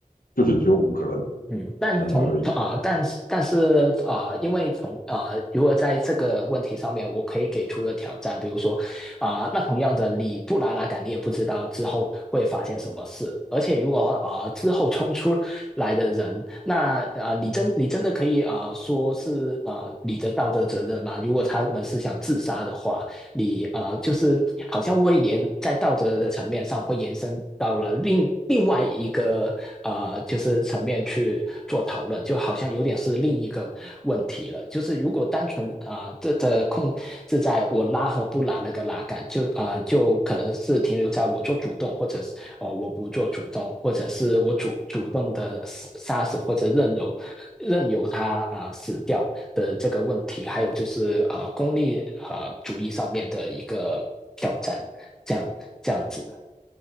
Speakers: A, on the left; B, in the centre.
A: 就是只有五个人
B: 嗯，但从啊、
A: 生而已。
B: 但是但是啊、因为从啊、如果在这个问题上面，我可以给出的挑战，比如说啊、那同样的，你不拉拉杆，你也不知道之后会发生什么事，而且如果啊、之后冲出来的人，那啊、你真你真的可以啊、说是啊、你的道德责任吗？如果他们是想自杀的话。你啊，就是好像会延在道德的层面上会延伸到了另另外一个啊，就是层面去做讨论，就好像有点是另一个问题了。就是如果单纯啊、呃，这的控制在我拉和不拉那个拉杆，就啊就可能是停留在我做主动，或者是哦、呃我不做主动，或者是我主主动的杀死或者任由任由他啊、呃死掉的这个问题，还有就是啊、呃功利啊、呃主义上面的一个挑战，这样这样子，